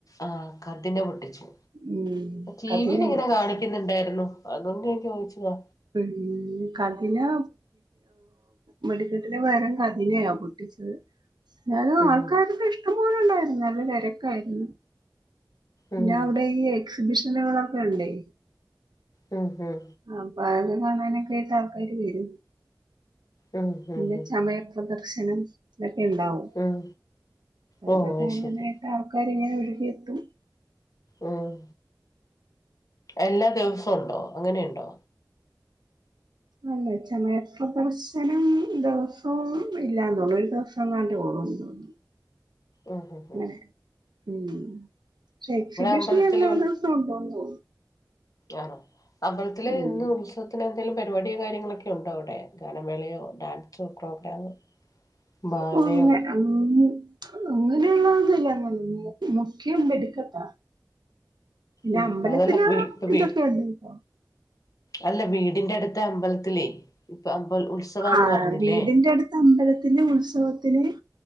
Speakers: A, on the left (about 50°); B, on the right (about 75°).
A: ആ കഥിന പൊട്ടിച്ചു
B: ഉം
A: ടിവിൽ
B: കതിനയാ
A: അങ്ങനെ
B: പൊട്ടിച്ചത്
A: കാണിക്കുന്നുണ്ടായിരുന്നു അതുകൊണ്ട് ഞാൻ ചോദിച്ചതാ
B: പിന്ന് കതിനാ വെടിക്കെട്ടിന് പകരം കതിനയാ പൊട്ടി ച്ചേ ന്നാലും
A: ഉം
B: ആൾക്കാരൊ ക്കെ ഇഷ്ടം പോലെണ്ടായിരുന്നു നല്ല തിരക്കായിരുന്നു പിന്നെ
A: ഉം
B: അവിടെ ഈ എക്സിബിഷനുകളൊക്കെ ഉണ്ടേ
A: ഉം ഹും
B: അപ്പൊ കാണാനൊക്കെ ആയിട്ട് ആൾക്കാര് വരും
A: ഉം ഉം
B: പിന്നെ
A: ഉം
B: ചമയപ്രദർ ശനം ഇതൊക്കെ ഇണ്ടാവും
A: ഉം ഓ
B: ഇതൊക്കെ
A: അത്
B: കാണാനായിട്ട്
A: ശരി
B: ആൾക്കാരിങ്ങനെ വിടെത്തും
A: ഉം എല്ലാ ദിവസം ഉണ്ടോ അങ്ങനെ ഇണ്ടോ
B: അല്ല ചമയപ്രദർശനം ദിവസവും ഇല്ലാന്ന് തോന്നുന്നു ഒരു ദിവസം എങ്ങാണ്ടൊള്ളൂന്നു തോന്നുന്നു
A: മ് ഹ് ഹ്
B: അങ്ങനെ ഉം പക്ഷേ എക്സിബിഷൻ
A: അമ്പലത്തില്
B: എല്ലാ ദിവസവും ഉണ്ടെന്ന് തോന്നുന്നു
A: ആണോ അമ്പലത്തില്
B: ഉം
A: ഇന്ന് ഉത്സവത്തിന് എന്തേലും പരിപാടിയോ കാര്യങ്ങളൊക്കെ ഉണ്ടോ അവിടെ ഗാനമേളയോ ഡാൻസോ പ്രോഗ്രാമോ ബാലയോ
B: <unintelligible> അങ്ങനെയൊന്നും ചെയ്യാൻ കഴിയില്ല ള്ളന്നല്ല മുക്ക്യം വെടിക്കെട്ടാ പിന്നെ
A: ഉം
B: അമ്പലത്തില്
A: അതല്ല വീ ഇപ്പ
B: ഇതൊക്കെ
A: വീ
B: ഉണ്ട് ട്ടൊ
A: അല്ല വീടിന്റെ അടുത്തെ അമ്പലത്തിലേ ഇപ്പൊ അമ്പ ഉത്സവാന്ന്
B: ആ
A: പറഞ്ഞില്ലേ
B: വീടിന്റെ അടുത്ത അമ്പലത്തിന്റെ ഉത്സവത്തിന്